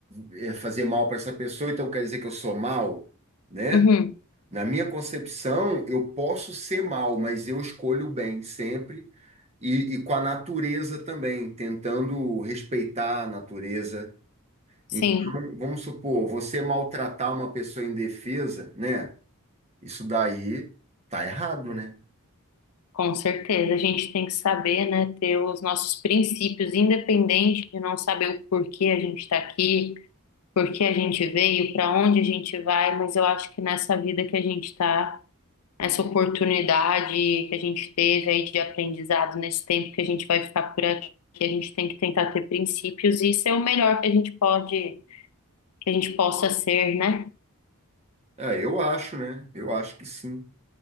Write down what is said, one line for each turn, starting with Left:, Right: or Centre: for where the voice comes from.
Right: é, fazer mal para essa pessoa, então quer dizer que eu sou mal, né?
Left: uhum,
Right: Na minha concepção, eu posso ser mal, mas eu escolho o bem sempre e, e com a natureza também, tentando respeitar a natureza.
Left: sim,
Right: Então, vamos supor, você maltratar uma pessoa indefesa, né? Isso daí tá errado, né?
Left: com certeza. A gente tem que saber, né, ter os nossos princípios, independente de não saber o porquê a gente está aqui, por que a gente veio, para onde a gente vai, mas eu acho que nessa vida que a gente está. essa oportunidade que a gente teve aí de aprendizado nesse tempo que a gente vai ficar por aqui, a gente tem que tentar ter princípios e ser o melhor que a gente pode, que a gente possa ser, né?
Right: É, eu acho, né? Eu acho que sim.